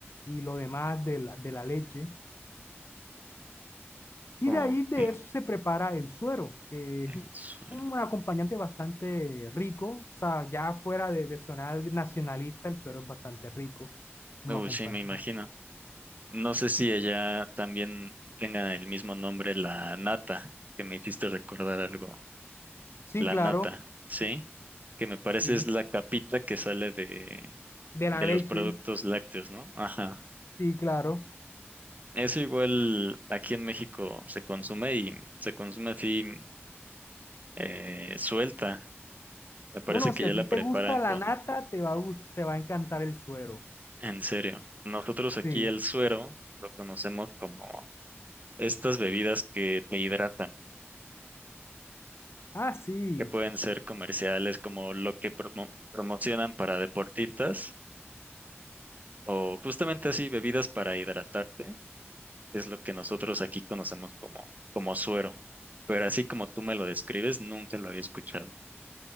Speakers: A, on the left; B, on the right.
A: y lo demás de la, de la leche. Y
B: Ok.
A: de ahí de eso se prepara el suero, que
B: El
A: es
B: suero.
A: un acompañante bastante rico, o sea, ya fuera de, de sonar nacionalista, el suero es bastante rico como
B: Uy,
A: acompañante.
B: sí, me imagino. No sé si ella también tenga el mismo nombre, la nata, que me hiciste recordar algo.
A: Sí,
B: La
A: claro,
B: nata, ¿sí? Que me parece
A: sí.
B: es la capita que sale de,
A: de
B: de
A: la leche.
B: los productos lácteos, ¿no? Ajá.
A: Sí, claro.
B: Eso igual aquí en México se consume y se consume así eh, suelta. Me parece
A: Bueno,
B: que
A: si a
B: ya
A: ti
B: la preparan
A: te gusta la
B: con,
A: nata, te va a, gus- te va a encantar el suero.
B: en serio. Nosotros aquí
A: Sí.
B: el suero lo conocemos como estas bebidas que te hidratan.
A: Ah, sí.
B: que pueden ser comerciales como lo que promo- promocionan para deportistas o justamente así bebidas para hidratarte, es lo que nosotros aquí conocemos como, como suero. Pero así como tú me lo describes, nunca lo había escuchado.